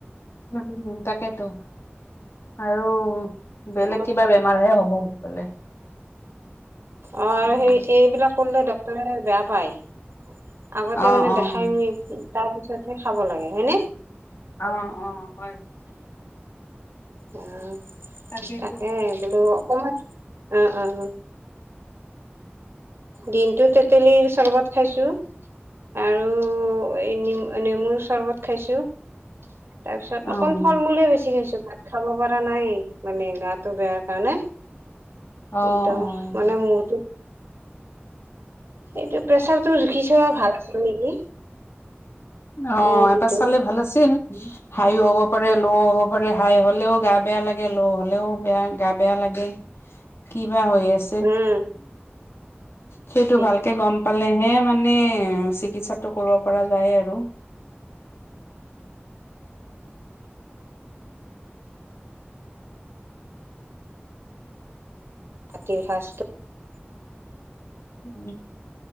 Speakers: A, on the left; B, on the right.
A: <unintelligible> তাকেতো আৰু বেলেগ
B: মই
A: কিবা বেমাৰহে হ'ব বুলি কলে।
B: অঁ
A: উম,
B: আৰু সেই এইবিলাক কৰিলে ডক্তৰে বেয়া পায়। আগতে
A: অ',
B: মানে
A: অ'।
B: দেখাইমিনি তাৰ পিছতহে খাব লাগে হয়নে?
A: অঁ অঁ হয়।
B: অঁ,
A: তাকেইতো
B: তাকে বোলো অকমান অঁ অঁ দিনটো তেতেলীৰ চৰ্বত খাইছো। আৰু এই নিম নেমুৰ চৰ্বত খাইছোঁ। তাৰ পিছত
A: অ',
B: অকন ফল মূলহে বেছি খাইছো। খাব পৰা নাই মানে গাটো বেয়াৰ কাৰণে,
A: অ',
B: একদম
A: অ'।
B: মানে মোৰতো, এইটো প্ৰেচাৰতটো জুখি চোৱা ভাল আছিল নেকি?
A: অঁ
B: এ
A: এবাৰ
B: এইটো
A: চালে ভাল আছিল। হাইও হ'ব পাৰে ল' হ'ব পাৰে হাই হ'লেও গা বেয়া লাগে ল' হলেও বেয়া গা বেয়া লাগে। কিবা হৈ আছে,
B: উম
A: সেইটো
B: এইটো
A: ভালকে গম পালেহে মানে চিকিৎসাটো কৰিব পৰা যায় আৰু।
B: বাকী সাজটো
A: উম